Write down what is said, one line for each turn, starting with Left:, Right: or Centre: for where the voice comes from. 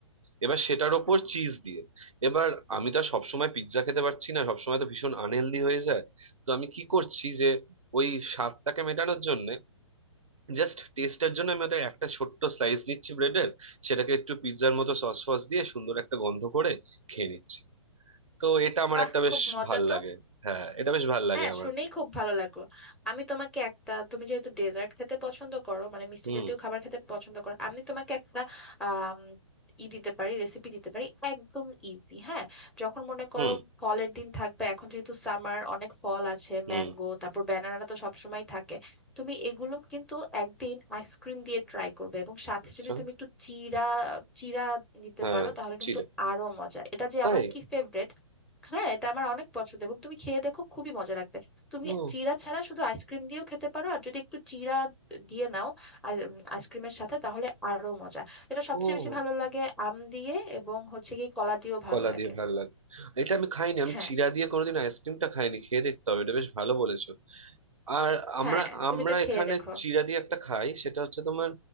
Right: এবার সেটার ওপর
Centre: হুম
Right: চিজ দিয়ে এবার আমি তো আর সবসময় পিৎজা খেতে পারছি না সবসময় তো ভীষণ আনহেলদি হয়ে যায় তো আমি কি করছি যে ওই স্বাদটাকে মেটানোর জন্য জাস্ট টেস্টের জন্য আমি ওটা একটা ছোট্ট স্লাইস নিচ্ছি ব্রেডের সেটাকে একটু পিৎজার মতো সস ফস দিয়ে সুন্দর একটা গন্ধ করে খেয়ে নিচ্ছি তো এটা আমার
Centre: বাহ
Right: একটা বেশ
Centre: খুব মজা
Right: ভাল
Centre: তো
Right: লাগে হ্যাঁ এটা বেশ ভাল লাগে
Centre: হ্যাঁ
Right: আমার
Centre: শুনেই খুব ভালো লাগলো আমি তোমাকে একটা তুমি যেহেতু ডেজার্ট খেতে পছন্দ করো মানে মিষ্টি
Right: হুম
Centre: জাতীয় খাবার খেতে পছন্দ করো আমি তোমাকে একটা আম, ই দিতে পারি রেসিপি দিতে পারি একদম ইজি হ্যাঁ যখন মনে করো
Right: হুম
Centre: ফলের দিন থাকবে এখন যেহেতু সামার অনেক ফল আছে
Right: হুম
Centre: ম্যাঙ্গো তারপর ব্যানানা তো সবসময় থাকে তুমি এগুলো কিন্তু একদিন আইসক্রিম দিয়ে ট্রাই করবে এবং সাথে
Right: আচ্ছা
Centre: যদি তুমি একটু চিড়া চিড়া নিতে
Right: হ্যাঁ
Centre: পারো তাহলে
Right: ছিল
Centre: কিন্তু আরো মজা এটা যে
Right: তাই
Centre: আমার কি ফেভারিট হ্যাঁ এটা আমার অনেক পছন্দ এবং তুমি খেয়ে দেখো খুবই মজা লাগবে তুমি
Right: ও
Centre: চিড়া ছাড়া শুধু আইসক্রিম দিয়েও খেতে পারো আর যদি একটু চিড়া দিয়ে নাও আইসক্রিমের সাথে তাহলে আরো মজা এটা সবচেয়ে
Right: ও
Centre: বেশি ভালো লাগে আম দিয়ে এবং হচ্ছে কি কলা দিয়েও ভালো
Right: কলা
Centre: লাগে
Right: দিয়ে ভালো লাগে এটা আমি খাইনি আমি
Centre: হ্যাঁ
Right: চিড়া দিয়ে কোনোদিন আইসক্রিমটা খাইনি খেয়ে দেখতে হবে এটা বেশ ভালো বলেছো আর আমরা
Centre: হ্যাঁ তুমি
Right: আমরা
Centre: এটা খেয়ে
Right: এখানে
Centre: দেখো
Right: চিড়া দিয়ে একটা খাই সেটা হচ্ছে তোমার